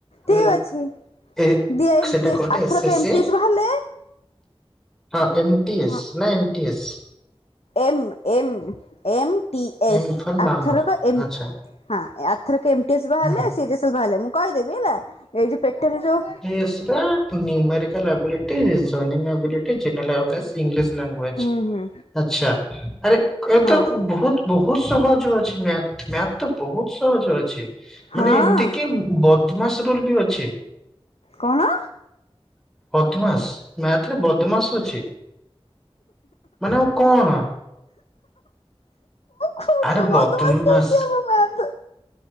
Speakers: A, on the left; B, in the centre.
A: ଠିକ୍
B: ଉଁ
A: ଅଛି।
B: ଏ
A: ଦିଅ ଏମ୍
B: ସେଟା
A: ଟି
B: କଣଟେ
A: ଏସ୍। ଆର ଥରକ ଏମ
B: ସି
A: ଟି ଏସ୍ ବାହାରିଲେ
B: ହଁ ଏ ଏମ୍ ଟି ଏସ୍
A: ହଁ
B: ନା ଏନ୍ ଟି ଏସ୍?
A: ଏମ୍, ଏମ୍। ଏମ୍ ଟି ଏସ୍
B: ଏନଫରମାମା
A: ଆର ଥରକ ଏମ୍
B: ଆଚ୍ଛା।
A: ହଁ। ଆଥରକ ଏମ୍ ଟି ଏସ୍ ବାହାରିଲେ
B: ହଁ
A: ସି ଜି ସି ଏଲ୍ ବାହାରିଲେ ମୁଁ କହିଦେବି ହେଲା। ଏଇଠି ପେଟରେ ଯୋଉ
B: <inaudible> numerical ability joining ability general awareness English language.
A: ହୁଁ ହୁଁ
B: ଆଚ୍ଛା ଆରେ ଏ
A: ହଁ
B: ତ ବହୁତ ବହୁତ ସହଜ ଅଛି ମ୍ୟାଥ। ମ୍ୟାଥ ତ ବହୁତ ସହଜ ଅଛି
A: ହଁ
B: ମାନେ ଏମିତି କି ବଦମାସ୍ ରୁଲ ବି ଅଛି।
A: କଣ?
B: ବଦମାସ୍, ମ୍ୟାଥ ରେ ବଦମାସ ଅଛି। ମାନେ ଆଉ କଣ?
A: ଖଉଚୁ
B: ଆରେ
A: ବଦମାସ୍
B: ବଦମାସ
A: କାହିଁକି ହବ ମ୍ୟାଥ।